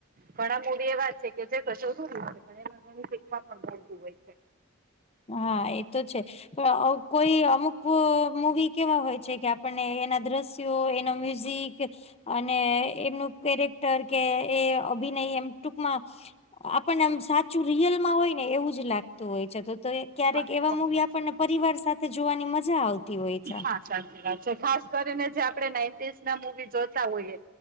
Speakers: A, on the right; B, on the left.
A: ઘણા મૂડી એવા છે કે જે કશો શર છે, ઘણી એ ઘણી શીખવા પણ મળતું હોય છે.
B: હા એ તો છે પણ કોઈ અમુક મૂવી કેવા હોય છે, કે આપને એના દ્રશ્યો એના મ્યુઝિક અને એમનું કેરેક્ટર કે એ અભિનય એમ ટૂંકમાં આપણનેમ સાચુ રિયલમા હોય ને એવું જ લાગતું હોય છે, તો તો ક્યારેક
A: હા એકદમ
B: એવા મૂવી
A: સાચી
B: આપણને
A: વાત
B: પરિવાર
A: છે.
B: સાથે જોવાની મજા આવતી હોય છે.
A: હા સાચી વાત છે ખાસ કરીને જે આપણે નાન્ટી ના મુવી જોતા હોઈએ.